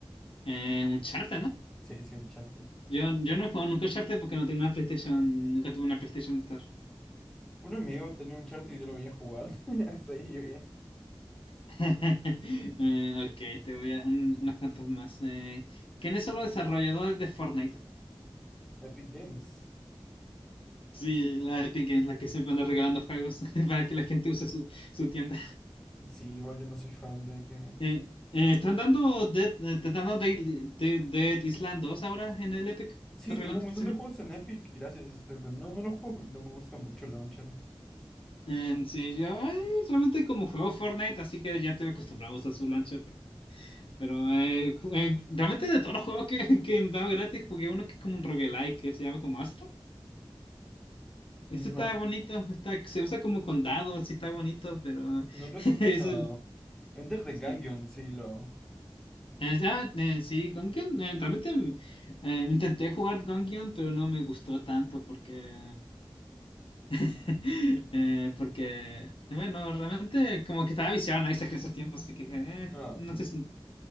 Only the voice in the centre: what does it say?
Sí, sí, Uncharted.
Un amigo tenía un Uncharted y yo lo veía jugar. <laughs> Hasta ahí llegué.
Epic Games.
Sí, igual yo no soy fan de que.
Sí,
tengo un
montón
de juegos en Epic, gracias, este, pero no, no los juego porque no me gusta mucho el launcher.
No,
no lo
he escuchado.
Enter the
Gungeon, sí, lo...
Ah,
ok.